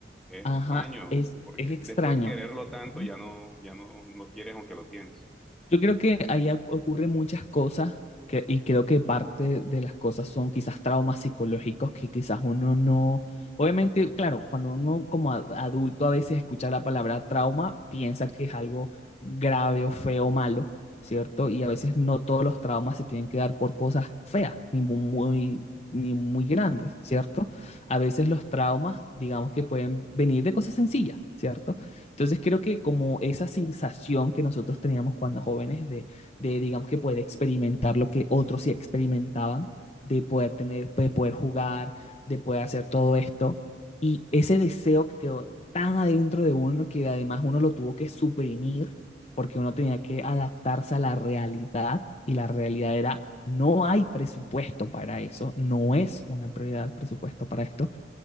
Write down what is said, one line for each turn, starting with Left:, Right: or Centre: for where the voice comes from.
Centre: es
Left: ajá,
Centre: extraño,
Left: es,
Centre: porque
Left: es extraño.
Centre: después de quererlo tanto
Left: Ujú.
Centre: ya no, ya no lo quieres aunque lo tienes.
Left: Yo creo que ahí oc- ocurren muchas cosas que, y creo que parte de las cosas son quizás traumas psicológicos que quizás uno no, obviamente, claro, cuando uno como a- adulto a veces escucha la palabra trauma, piensa que es algo grave o feo o malo, ¿cierto? Y a veces no todos los traumas se tienen que dar por cosas feas, ni mu- muy, ni muy grandes, ¿cierto? A veces los traumas, digamos que pueden venir de cosas sencillas, ¿cierto? Entonces creo que como esa sensación que nosotros teníamos cuando jóvenes de, de digamos que poder experimentar lo que otros sí experimentaban, de poder tener, de poder jugar, de poder hacer todo esto, y ese deseo que quedó tan adentro de uno que además uno lo tuvo que suprimir porque uno tenía que adaptarse a la realidad y la realidad era no hay presupuesto para eso, no es una prioridad el presupuesto para esto,